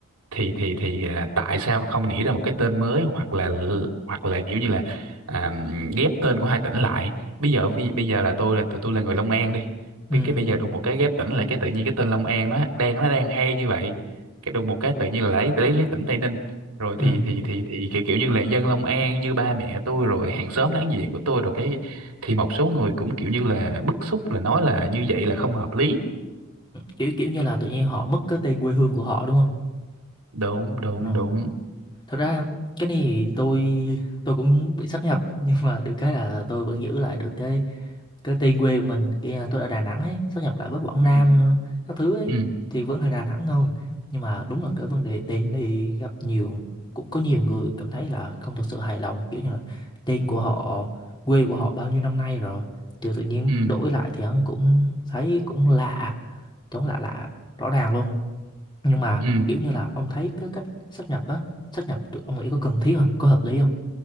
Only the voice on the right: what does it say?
thì thì thì à, tại sao không nghĩ ra một cái tên mới hoặc là hoặc là kiểu như là à, ghép tên của hai tỉnh lại bây giờ bây, bây giờ là tôi là tụi tôi là người Long An đi
Bi- cái bây giờ đùng một cái ghép tỉnh lại cái tự nhiên cái tên Long An nó đang nó đang hay như vậy cái đùng một cái tự nhiên là lấy lấy lấy tỉnh Tây Ninh rồi
thì thì thì thì kiểu, kiểu như là dân Long An như ba mẹ tôi rồi hàng xóm láng giềng của tôi rồi cái thì một số người cũng kiểu như là bức xúc là nói là như vậy là không hợp lý
đúng đúng
đúng
ừ
ừ
ừ
ừ